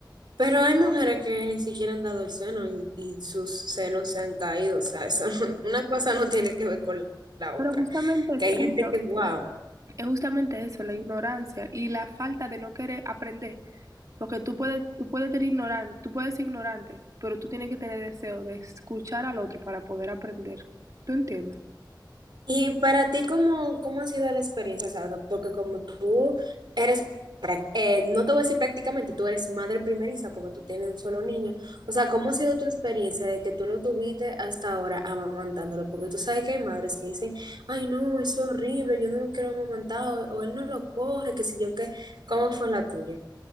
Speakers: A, on the right (about 70°); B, on the right (about 45°).
A: Pero hay mujeres que ni siquiera han dado el seno y, y sus senos se han caído, o sea, eso, <laughs> una cosa no tiene que ver con la
B: Pero
A: otra,
B: justamente
A: que
B: es
A: hay
B: eso.
A: gente que, wow.
B: Es justamente eso, la ignorancia y la falta de no querer aprender, porque tú puedes, tú puedes tener ignorante, tú puedes ser ignorante, pero tú tienes que tener deseo de escuchar al otro para poder aprender. ¿Tú entiendes?
A: Y para ti, ¿cómo, cómo ha sido la experiencia? O sea, porque como tú eres, prac- eh, no te voy a decir prácticamente, tú eres madre primeriza porque tú tienes un solo niño. O sea, ¿cómo ha sido tu experiencia de que tú lo tuviste hasta ahora amamantándolo? Porque tú sabes que hay madres que dicen, ay, no, es horrible, yo no lo quiero amamantar, o, o él no lo coge, que si yo qué. ¿Cómo fue la tuya?